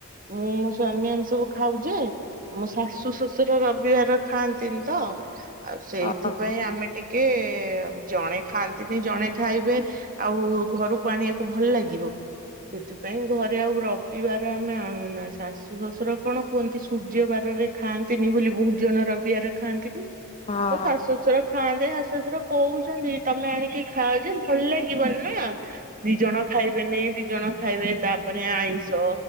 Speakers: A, on the right (about 40°); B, on the left (about 30°).
A: ମୁଁ ମୋ ସ୍ଵାମୀ ଆମେ ସବୁ ଖାଉ ଯେ। ମୋ ଶାଶୁ ଶ୍ୱଶୁର ରବିିବାର ଖାଆନ୍ତିନି ତ ଆଉ ସେଇଥିପାଇଁ
B: ଓହୋ।
A: ଆମେ ଟିକେ ଜଣେ ଖାଆନ୍ତିନି ଜଣେ ଖାଇବେ। ଆଉ ଘରକୁ ଆଣିବାକୁ ଭଲ ଲାଗିବ କି? <inaudible> ସେଥିପାଇଁ ଘରେ ଆଉ ର ବିବାର ଆମେ ଆଣୁନା, ଶାଶୁ ଶ୍ୱଶୁର କଣ କୁହନ୍ତି, ସୂର୍ଯ୍ୟ ବାରରେ ଖାଆନ୍ତିନି ବୋଲି ବହୁତ ଜଣ ରବିବାର ଖାଆନ୍ତିନି। <inaudible>
B: ହଁ
A: ତ
B: ହଁ
A: ଶାଶୁ ଶଶୁର ଖାଆନ୍ତେ ଶାଶୁ ଶଶୁର କହୁଚନ୍ତି, ତମେ ଆଣିକି ଖାଅଯେ ଭଲ ଲାଗ ବନି ନା, <inaudible> ଦି ଜଣ ଖାଇ ବେନି, ଦି ଜଣ ଖାଇବେ, ତାପରେ ଆଇଁଷ,